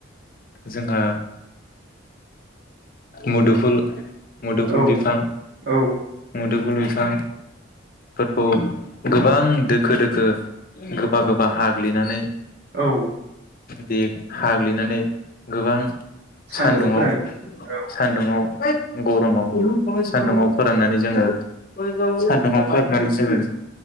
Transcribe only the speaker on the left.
जोंहा मुदुफुल मुदुफुल
बिफां
मुदुफुल बिफां औ गोबां दोखो दोखो गोबा गोबा हाग्लिनानै
दे हाग्लिनानै गोबां
सान्दुंङाव
सान्दुंङाव गरमाव सान्दुुंआव
फोराननानै जोंङो सान्दुंआव फोराननानै जोंङो